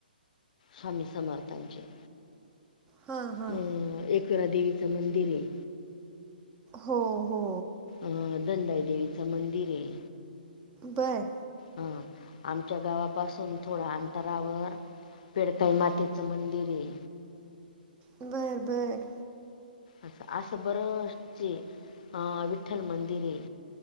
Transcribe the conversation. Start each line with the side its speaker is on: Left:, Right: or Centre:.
Left: स्वामी समर्थांचे
Right: हां हां
Left: अं एकरा देवीचं मंदिर आहे.
Right: हो, हो,
Left: अ धनंदाई देवीच मंदिर आहे.
Right: बरं
Left: हा आमच्या गावापासून थोडं अंतरावर पेडकाई मातेचं मंदिर ये.
Right: बरं बरं
Left: असं असं बरं जे अ विठ्ठल मंदिर ये.